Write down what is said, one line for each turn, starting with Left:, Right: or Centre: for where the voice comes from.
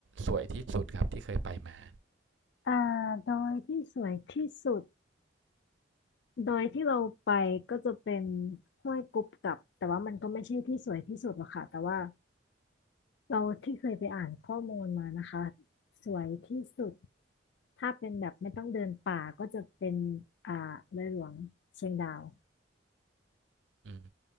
Right: สวยที่สุดครับที่เคยไปมา
Left: อ่าดอยที่สวยที่สุดดอยที่เราไปก็จะเป็นห้วยกุบกับแต่ว่ามันก็ไม่ใช่ที่สวยที่สุดหรอกค่ะแต่ว่าเราที่เคยไปอ่านข้อมูลมานะคะสวยที่สุดถ้าเป็นแบบไม่ต้องเดินป่าก็จะเป็นอ่าเลยหลวงเชียงดาว
Right: อืม